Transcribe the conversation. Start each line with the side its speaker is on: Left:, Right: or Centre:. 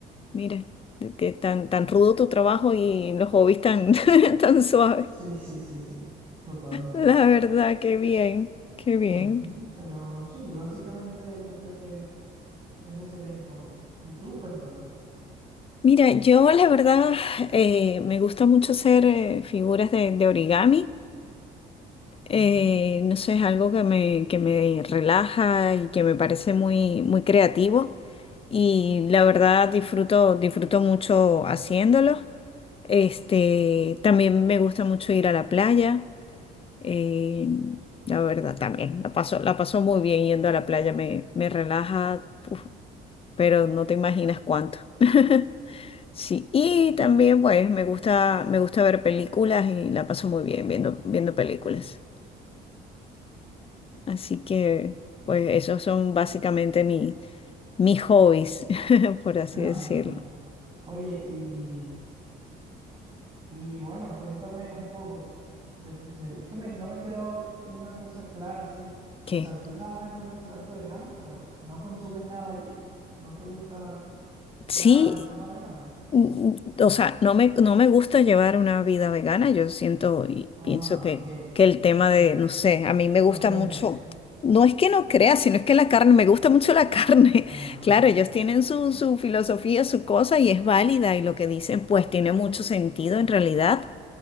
Left: mira, de que tan, tan rudo tu trabajo y los hobbies tan, <laughs> tan suaves,
Right: Sí, sí, sí, sí, totalmente.
Left: la verdad, qué bien, qué bien.
Right: Ujú, Pero sí, básicamente yo creo que ese sería mi hobby. Y tú, cuéntame.
Left: Mira, yo la verdad eh, me gusta mucho hacer eh, figuras de, de origami, Eh,
Right: Ok. <laughs>
Left: no sé, es algo que me, que me relaja y que me parece muy, muy creativo. Y la verdad disfruto, disfruto mucho haciéndolo. Este, también me gusta mucho ir a la playa. eh, la verdad, también la paso, la paso muy bien yendo a la playa, me, me relaja, uf, pero no te imaginas cuánto. <laughs> Sí, y también pues me gusta, me gusta ver películas y la paso muy bien viendo, viendo películas. Así que, pues, esos son básicamente mi, mis hobbies, <laughs> por así
Right: Ah,
Left: decirlo.
Right: bien. Oye, y Y bueno, cuéntame un poco. de- de- es que me- no me quedó c- una cosa clara así.
Left: Que
Right: O sea, tú trabajas en un restaurante vegano, pero no consumes nada allí. No te gusta
Left: sí,
Right: nada del tema vegano.
Left: mm, mm, o sea, no me, no me gusta llevar una vida vegana. Yo siento y
Right: Ah,
Left: pienso
Right: ok.
Left: que, que el tema
Right: Ok,
Left: de, no
Right: ok.
Left: sé, a mí me
Right: No
Left: gusta
Right: crees
Left: mucho.
Right: en eso.
Left: No es que no crea, sino es que la carne, me gusta mucho la carne.
Right: Ah,
Left: <laughs>
Right: ok,
Left: Claro, ellos
Right: ok.
Left: tienen su, su filosofía, su cosa y es válida y lo que dicen pues tiene mucho sentido
Right: Mm.
Left: en realidad.